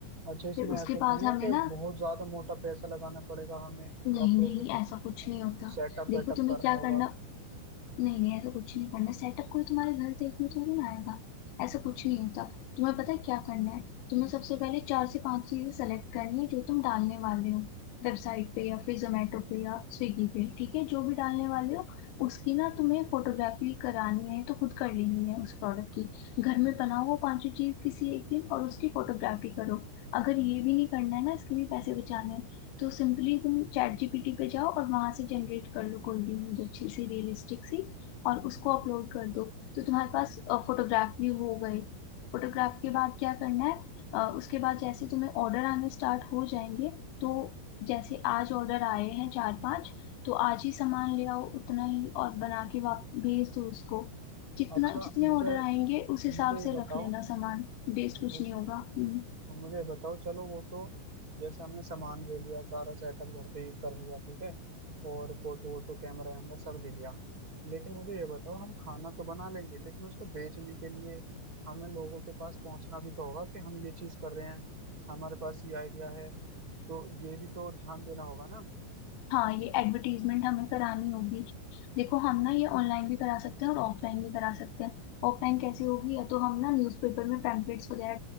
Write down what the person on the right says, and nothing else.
अच्छा इसमें
ऐसा
तो
नहीं है
कि
बहुत ज्यादा मोटा पैसा लगाना पड़ेगा हमें
या फिर
सेटअप
वेटअप
करना
होगा
हम्म,
अच्छा
मुझे
मुझे ये
बताओ
जिस
अब मुझे बताओ चलो वो तो जैसे हमने सामान ले लिया सारा सेटअप घर पे ही कर लिया ठीक है और फोटो वोटो कैमरा वैमरा सब ले लिया लेकिन मुझे ये बताओ हम खाना तो बना लेंगे लेकिन उसको बेचने के लिए हमें लोगों के पास पहुंचना भी तो होगा कि हम ये चीज कर रहे हैं हमारे पास ये आइडिया है तो ये भी तो ध्यान देना होगा ना